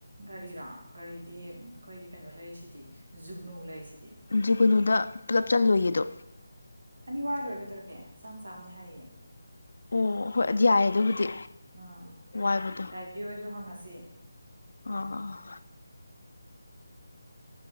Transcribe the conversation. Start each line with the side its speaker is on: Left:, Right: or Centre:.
Right: ꯒꯥꯔꯤꯔꯣ ꯒꯥꯔꯤꯗꯤ ꯑꯩꯈꯣꯏꯒꯤ ꯀꯩꯅꯣ ꯂꯩꯔꯤꯁꯤꯗꯤ ꯖꯨꯒꯅꯨ ꯂꯩꯔꯤꯁꯤꯗꯤ
Left: ꯖꯒꯨꯅꯨꯗ ꯄꯨꯂꯞ ꯆꯜꯂꯨꯌꯦꯗꯣ
Right: ꯑꯅꯤ ꯋꯥꯏ ꯂꯣꯏꯔꯒꯗꯧꯔꯒꯦ ꯆꯥꯝ ꯆꯥꯝꯅꯦ ꯍꯥꯏꯌꯦ
Left: ꯑꯣ ꯍꯣꯏ ꯌꯥꯏ ꯑꯗꯨꯕꯨꯗꯤ
Right: ꯑꯥ
Left: ꯋꯥꯏꯕꯗꯣ
Right: ꯌꯥꯏꯐꯤ ꯑꯣꯏꯁꯨ ꯍꯪꯉꯁꯤ
Left: ꯑꯣ